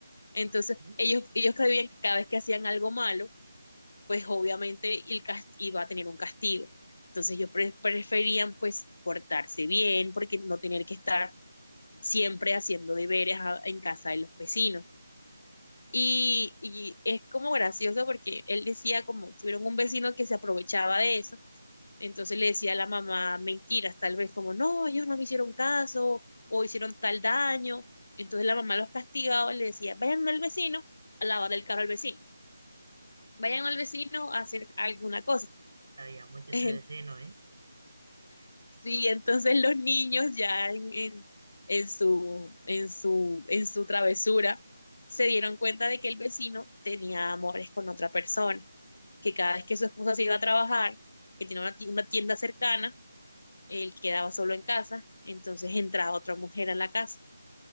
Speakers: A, on the left; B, on the right.
A: Entonces,
B: Vale.
A: ellos, ellos creían que cada vez que hacían algo malo, pues obviamente el cas- iba a tener un castigo. Entonces, ellos pre preferían pues portarse bien, porque no tener que estar siempre haciendo deberes a, en casa de los vecinos. Y, y, es como gracioso porque él decía como tuvieron un vecino que se aprovechaba de eso entonces le decía a la mamá mentiras, tal vez como, no, ellos no me hicieron caso o hicieron tal daño. Entonces la mamá los castigaba y le decía, vayan al vecino a lavar el carro al vecino, vayan al vecino a hacer alguna cosa.
B: Sabía mucho ese
A: <laughs>
B: vecino, ¿eh?
A: sí entonces los niños ya en, en, en su, en su, en su travesura se dieron cuenta de que el vecino tenía amores con otra persona, que cada vez que su esposa se iba a trabajar, que tenía una ti- una tienda cercana, él quedaba solo en casa, entonces entraba otra mujer a la casa.